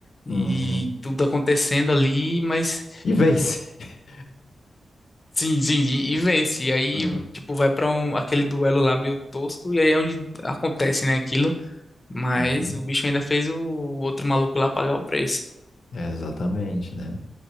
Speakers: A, on the left (about 30°); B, on the left (about 70°).
A: e
B: Uhum.
A: tudo acontecendo ali, mas
B: E vence. <laughs>
A: sim, sim, e, e vence. E aí,
B: Ah,
A: tipo, vai para um, aquele duelo lá meio tosco, e aí é onde acontece, né, aquilo. Mas
B: uhum.
A: o bicho ainda fez o outro maluco lá pagar o preço.
B: É, exatamente, né?